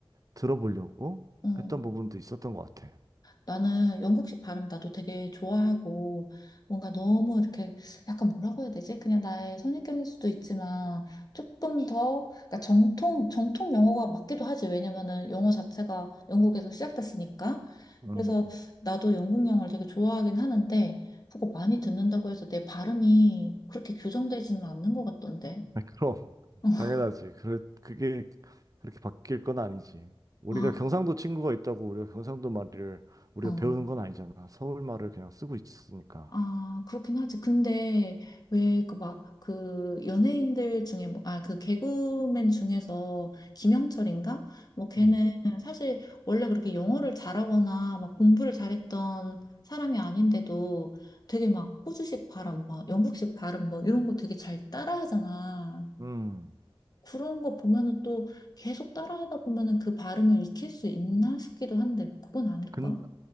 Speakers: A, on the right; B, on the left.
A: 들어보려고
B: 어.
A: 했던 부분도 있었던 것 같아.
B: 나는 영국식 발음 나도 되게 좋아하고 뭔가 너무 이렇게 약간 뭐라고 해야 되지? 그냥 나의 선입견일 수도 있지만 조금 더 그러니까 정통 정통 영어가 맞기도 하지. 왜냐면은 영어 자체가 영국에서 시작됐으니까.
A: 음,
B: 그래서 나도 영국 영어를 되게 좋아하긴 하는데 그거 많이 듣는다고 해서 내 발음이 그렇게 교정되지는 않는 것 같던데.
A: <laughs> 그럼,
B: <laughs>
A: 당연하지. 그, 그게 그렇게 바뀔 건 아니지. 우리가
B: 아,
A: 경상도 친구가 있다고 우리가 경상도 말을 우리가
B: 어.
A: 배우는 건 아니잖아. 서울 말을 그냥 쓰고 있으니까.
B: 아, 그렇긴 하지. 근데 왜 그 막 그 연예인들 중에 뭐, 아, 그 개그맨 중에서 김영철인가? 뭐 걔는
A: 음.
B: 사실 원래 그렇게 영어를 잘하거나 막 공부를 잘했던 사람이 아닌데도 되게 막 호주식 발음, 막 영국식 발음 뭐 이런 거 되게 잘 따라하잖아.
A: 음.
B: 그런 거 보면은 또 계속 따라하다 보면은 그 발음을 익힐 수 있나 싶기도 한데 그건 아닐까?
A: 근,